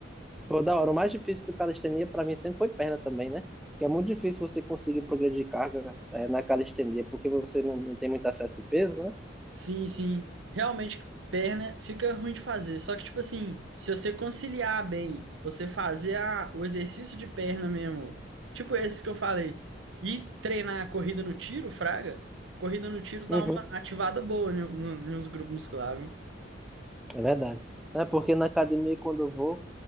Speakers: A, in the centre; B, on the right (about 85°).
A: Pô, da hora. O mais difícil do calistenia pra mim sempre foi perna também, né? Que é muito difícil você conseguir progredir carga eh, na calistenia, porque você não, não tem muito acesso de peso, né?
B: Sim, sim. Realmente, perna fica ruim de fazer. Só que, tipo assim, se você conciliar bem, você fazer a, o exercício de perna mesmo, tipo esses que eu falei, e treinar a corrida no tiro, fraga, corrida no tiro dá
A: Uhum.
B: uma ativada boa no, no, nos grupos musculares, viu?
A: É verdade. É porque na academia, quando eu vou,